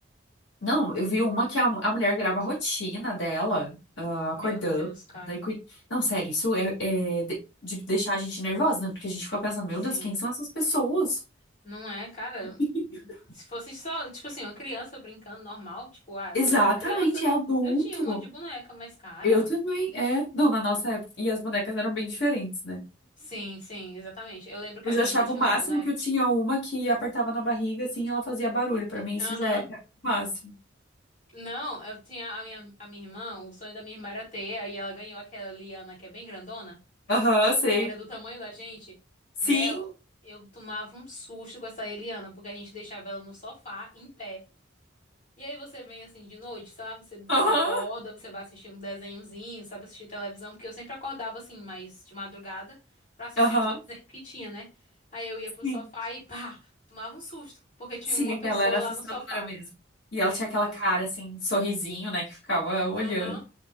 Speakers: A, on the left (about 75°); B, on the left (about 40°).
A: Não, eu vi uma que a, a mulher grava a rotina dela, ah, acordando.
B: Meu Deus, cara.
A: Daí, cui- Não, sério, isso é, é de, de deixar a gente nervosa, né? Porque a gente fica pensando, meu
B: Sim.
A: Deus, quem são essas pessoas?
B: Não é, cara.
A: <laughs>
B: Se fosse só, tipo assim, uma criança brincando normal, tipo, ah,
A: Exatamente,
B: quando eu era criança,
A: é adulto.
B: eu tinha um monte de boneca, mas, cara.
A: Eu também, é. Não, na nossa época. E as bonecas eram bem diferentes, né?
B: Sim, sim, exatamente. Eu lembro que
A: Eu
B: a
A: já
B: minha
A: achava
B: irmã tinha
A: o máximo
B: uma boneca.
A: que eu tinha uma que apertava na barriga, assim, ela fazia barulho. Pra
B: E-
A: mim, isso
B: Aham.
A: já é o máximo.
B: Não, eu tinha a minha, a minha irmã, o sonho da minha irmã era ter, aí ela ganhou aquela Liana que é bem grandona.
A: Aham, sei.
B: Era do tamanho da gente.
A: Sim.
B: Mulher, eu, eu tomava um susto com essa Eliana, porque a gente deixava ela no sofá, em pé. E aí você vem assim de noite, sabe? Você, você
A: Aham.
B: acorda, você vai assistir um desenhozinho, sabe? Assistir televisão, porque eu sempre acordava assim, mais de madrugada, pra assistir
A: Aham.
B: os desenhos que tinha, né? Aí eu ia pro
A: Sim.
B: sofá e pá, tomava um susto, porque tinha
A: Sim,
B: uma
A: aquela
B: pessoa
A: era assustadora
B: lá no sofá.
A: mesmo. E ela
B: Meu
A: tinha aquela
B: Deus.
A: cara assim, sorrisinho, né, que ficava olhando.
B: Aham.